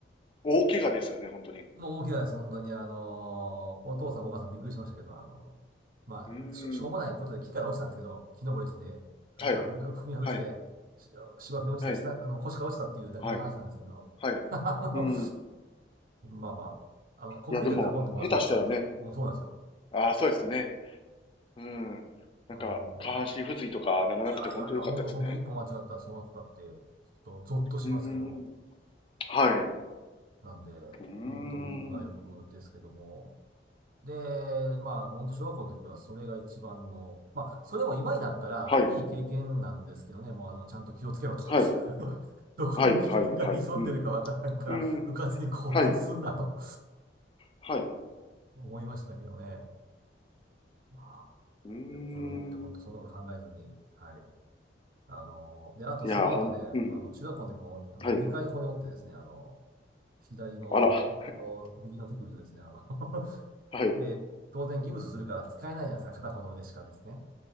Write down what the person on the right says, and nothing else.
<laughs>
もう大きなです、本当に。あの、お父さんお母さんびっくりしましたけど、あの、まあ、
しょ、しょうもないことで木から落ちたんですけど、木登りしてて、
なんか踏み、踏み外して、
し芝生に落ちたしな、
あの、腰から落ちたっていうだけの話なんですけど、
<laughs> あの、
まあまあ、あの、コンクリートだったらもっとまずかったって、
もうそうなんですよ。
あの
いやいやいや、
本当本当一歩間違ったらそうなってたって、ちょっとゾッとしますけども。
なんで、
本当もう運が良くですけども。で、まあ、本当小学校の時はそれが一番の、まあ、それも今になったらいい経験なんですけどね、
もうあの、ちゃんと気をつけろと。
<laughs> どこに危険が潜んでるかわからんから、
うかつに行動すんなと
<laughs> 思いましたけどね。まあ、
でも子供って本当そんなこと考えずに、はい。あの、で、あとその後ね、
あの、中学校の時も、あの、
2回骨折ってですね、あの、左の、
と右の手首とですね、あの <laughs>
で、当然ギブスするから使えないじゃないですか、片方の腕しかですね。